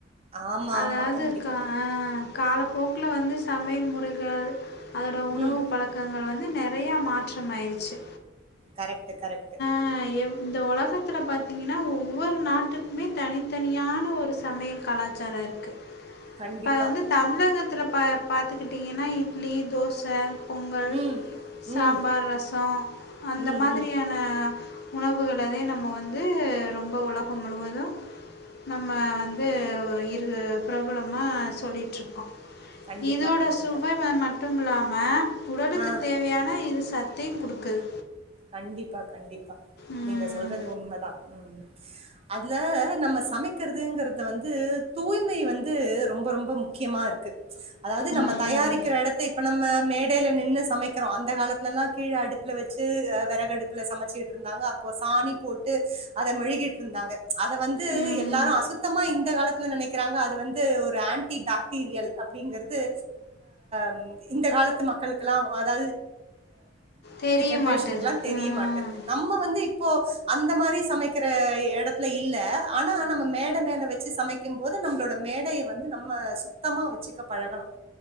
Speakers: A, on the right; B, on the left.
A: ஆமா,
B: அதாவது
A: ஆமா. கண்டிப்பா.
B: க்கா ஆஹ காலப்போக்கல வந்து சமையல் முறைகள் அதோட உணவு
A: ம்.
B: பழக்கங்கள் நெறைய மாற்றம் ஆயிருச்சு
A: கரெக்ட்டூ கரெக்ட்டூ
B: ம்ம் ஆ இந்த உலகத்துல பாத்தீங்கன்னா ஒவ்வொரு நாட்டுக்குமே தனித்தனியான ஒரு சமையல் கலாச் சார இருக்கு
A: கண்டிப்பா.
B: அப்ப வந்து தமிழக பத்துல பா பாத்துக்கிட்டிங்கனா இட்லி தோசை பொங்கல்
A: ம்.
B: சாம்பார்
A: ம்.
B: ரசோம் அந்த
A: ம்,
B: மாதிரியான
A: ம்.
B: உணவுகள நம்ம வந்து ரொம்ப உலகம் முழுவது நம்ம வந்து இரு பிரபலமா சொல்லிட்டு இருக்கோம்
A: கண்டிப்பா,
B: இதோட
A: கண்டிப்பா.
B: சுவைஆ மட் மட்டுமிலலாம உடலுக்கு
A: ஆ.
B: தேவையான இது சத் தேன் கொடுக்குறது
A: கண்டிப்பா கண்டி
B: உம்,
A: நீங்க சொல்றது உண் அத்தான் அதுல நம்ம சமைக்கிறங்கின்றது வந்து தூய்மை வந்து ரொம்ப ரொம்ப முக்கியமா இருக்கு அதாவது
B: ம்.
A: நம்ம தயாரிக்கிற இடைத்த இப்ப நம்ம மேடையில நின்று சமைக்கிறோம் அந்த காலத்துலயெல்லாம் கீழே அடுப்புல வச்சு வந்து விறகு அடுப்புல சமைச்சிட்டு இருந்தாங்க அப்போ சாணி போட்டு அத மெழுகிட்டு இருந்தாங்க அத வந்து
B: ம்.
A: எல்லாரும் அசுத்தமா இந்த காலத்துல நினைக்கிறாங்க அது வந்து ஒரு ஆன்டிபாக்டீரியல் அப்படிங்கிறது ம்ம் இந்த காலத்து மக்களுக்குல்லாம் அது
B: தெரிய
A: ஜென்ரேஷனுக்கு
B: மாட்டுது.
A: லா தெரிய
B: ம்.
A: மாட்டேன்து நம்ம வந்து இப்ப இப்போ அந்த மாதிரி சமைக்கிற இடத்துல இல்ல ஆனா நம்ம மேடை மேல வச்சு சமைக்கும் போது நம்மளோட மேடையை வந்து நம்ம சுத்தமா வச்சுக்க பழகணும்